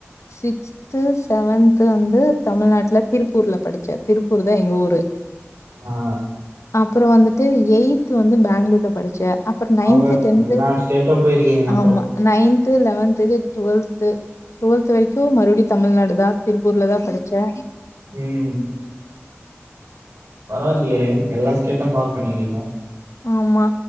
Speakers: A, on the left (about 80°); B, on the right (about 70°).
A: சிக்ஸ்த்து செவன்த்து வந்து தமிழ்நாட்டுல திருப்பூர்ல படிச்சே திருப்பூர் தா எங்க ஊரு
B: ஆ
A: அப்புரோ வந்துட்டு எயி்த் வந்து பேங்ளூர்ல படிச்சே அப்ற நைன்த்து
B: அவ
A: டென்த்து
B: எல்லா ஸ்டேட்டும் போயிருக்கீங்க அப்போ
A: ஆமா நைன் லெவன்துது டுவெல்து டுவெல்த் வரைக்கு மறுபடியு தமிழ்நாடு தா திருப்பூர்ல தா படிச்சே
B: உம் பரவாயில்லயே எல்லா ஸ்டேட்டும் ட்ராவல் பண்ணிறிங்கோ
A: ஆமா